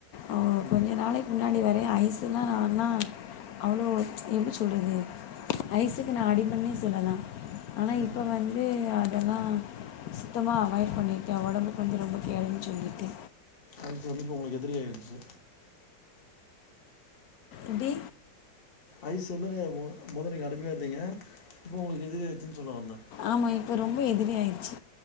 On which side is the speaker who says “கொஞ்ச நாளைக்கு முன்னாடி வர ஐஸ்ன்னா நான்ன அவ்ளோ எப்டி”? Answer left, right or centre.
Left